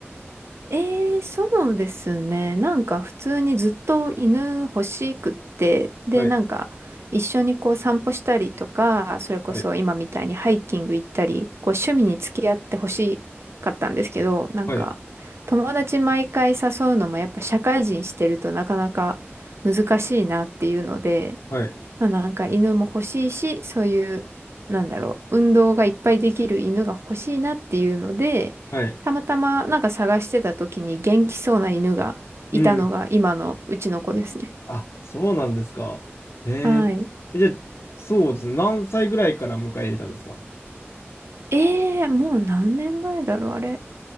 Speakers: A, on the right (about 70°); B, on the left (about 80°).
A: ええ、そうですね。なんか普通にずっと犬欲しくって、で、
B: はい。
A: なんか一緒にこう散歩したりとか、それこそ今みたいにハイキング行ったり、
B: はい。
A: こう趣味に付き合って欲しかったんですけど、なんか友達毎回誘うのもやっぱ社会人してるとなかなか難しいなっていうので、
B: はい。はい。
A: まあ、なんか犬も欲しいし、そういう、なんだろう、運動がいっぱいできる犬が欲しいなっていうので、
B: はい。
A: たまたまなんか探してた時に元気そうな犬がいたのが今のうちの子ですね。
B: うんあ、そうなんですか。えー、
A: はい。
B: えじゃあ、そうですね。何歳ぐらいから迎え入れたんですか
A: ええもう何年前だろう、あれ。